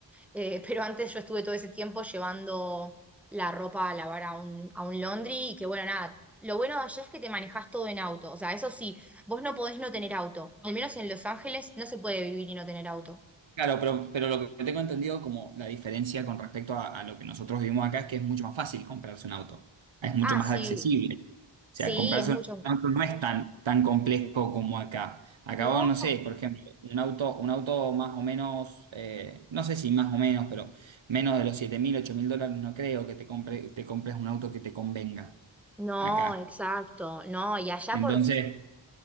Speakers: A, in the centre; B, on the right.
A: Eh, <laughs> pero antes yo estuve todo ese tiempo llevando la ropa a lavar a un, a un laundry y que bueno, nada, lo bueno de allá es que te manejas todo en auto, o sea, eso sí, Vos no podés no tener auto. Al menos en Los Ángeles no se puede vivir y no tener auto.
B: Claro, pero, pero lo que tengo entendido como la diferencia con respecto a, a lo que nosotros vivimos acá es que es mucho más fácil comprarse un auto, es mucho
A: Ah,
B: más
A: sí,
B: accesible. O
A: sí,
B: sea, comprarse
A: es mucho.
B: un auto no es tan, tan complejo como acá. Acá
A: No,
B: vos, no sé, por ejemplo, un auto, un auto más o menos, eh, no sé si más o menos, pero menos de los siete mil, ocho mil dólares no creo que te compre, te compres un auto que te convenga
A: No,
B: acá.
A: exacto, no, y allá
B: Entonces,
A: por,